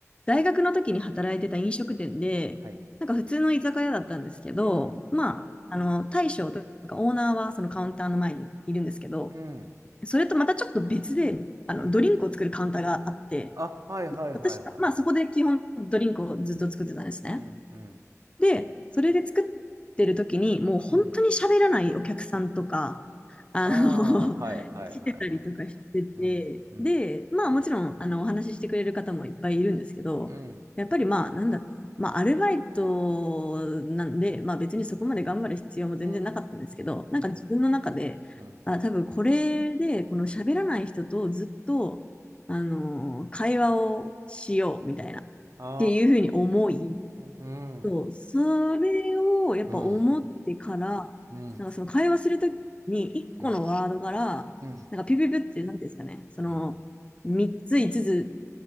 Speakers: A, on the left; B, on the right.
A: 大学の時に働いてた飲食店で、
B: はい。
A: なんか普通の居酒屋だったんですけど、
B: うん、
A: まあ、あの、大将とかオーナーはそのカウンターの前にいるんですけど、
B: うん、
A: それとまたちょっと別で、あの、
B: うん。
A: ドリンクを作るカウンターがあって、
B: あ、はいはいはいはい
A: 私、まあそこで基本ドリンクをずっと作ってたんですね。
B: はい。うん、うん、
A: で、それで作ってる時に、もう本当に喋らないお客さんとか、
B: うん。
A: あの、
B: ああ、はいはいはいはい。
A: <laughs> 来てたりとかしてて、
B: うん、うん、
A: で、まあもちろん、あの、お話ししてくれる方もいっぱいいるんですけど、
B: うん、
A: やっぱりまあ、なんだろう、まあ、アルバイトなんで、まあ別にそこまで頑張る必要も全然なかったんですけど、
B: うん、
A: なんか自分の中で、
B: うん、うん。
A: あ、多分これで、この喋らない人とずっと、あの、会話をしようみたいな、っ
B: あ
A: ていうふうに思い、
B: あ、うん、
A: そう、それをやっぱ思ってから、
B: うん、うん、
A: なんかその会話するときに、一個のワードから、
B: うん、うん、
A: なんかピュピュピュって、なんていうんですかね、その、
B: うん。
A: 三つ、五つ